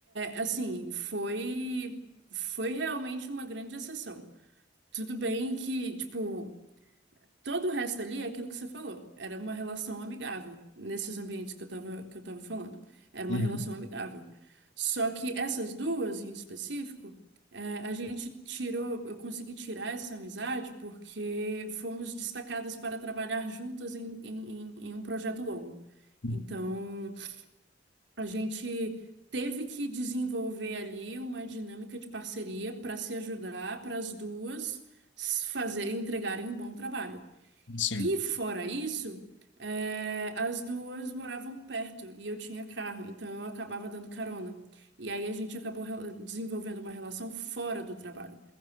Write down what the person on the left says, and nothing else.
Uhum.
Uhum.
Sim.